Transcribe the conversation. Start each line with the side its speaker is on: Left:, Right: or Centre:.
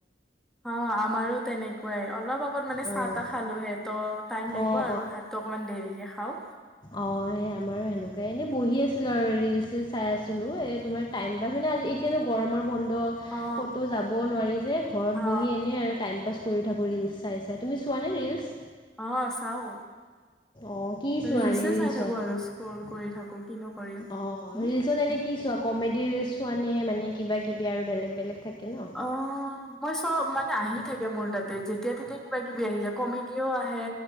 Centre: হ, আমাৰো তেনেকুৱাই অলপ অকণ মানে চাহ
Left: অঁ
Centre: তাহ খালোঁহে ত' টাইম লাগিব
Left: অঁ
Centre: আৰু ভাতটো অকণমান দেৰিকৈ খাওঁ।
Left: অ' সেই আমাৰো সেনেকুৱাই এনে বহি আছিলো আৰু ৰিলচ চিল চাই আছিলো এ তোমাৰ টাইম পাইছ মানে আজি এতিয়াতো গৰমৰ বন্ধ
Centre: অ
Left: ক'তো যাব নোৱাৰি যে ঘৰত
Centre: অ
Left: বহি এনে আৰু টাইম পাছ কৰি থাকোঁ ৰিলচ চাই চাই, তুমি চোৱানে ৰিলচ?
Centre: অ', চাও,
Left: অঁ কি চোৱা
Centre: ৰিলছে
Left: এনেই ৰিলচত
Centre: চাই থাকো আৰু স্ক্ৰল কৰি থাকো। কিনো কৰিম
Left: অ, ' ৰিলচত এনে কি চোৱা কমেডি ৰিলচ চোৱা নে মানে কিবা কিবি আৰু বেলেগ বেলেগ থাকে ন?
Centre: অ, '। মই চব মানে আহি থাকে, মোৰ তাতে যেতিয়া তেতিয়া কিবা কিবি আহি যায়, কমেডিও আহে।